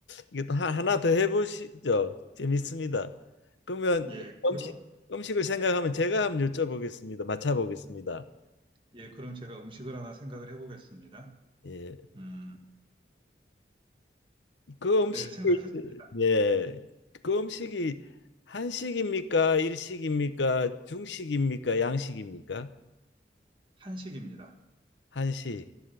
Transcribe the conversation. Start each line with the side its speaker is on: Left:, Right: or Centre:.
Left: 이게 또 하- 하나 더 해보시죠. 재밌습니다. 그러면
Right: 예, 그러면
Left: 음식 음식을 생각하면 제가 한번 여쭤보겠습니다. 맞춰보겠습니다.
Right: 예, 그럼 제가 음식을 하나 생각을 해보겠습니다.
Left: 예,
Right: 음,
Left: 그 음식이
Right: 네, 생각했습니다.
Left: 예, 그 음식이 한식입니까? 일식입니까? 중식입니까? 양식입니까?
Right: 한식입니다.
Left: 한식.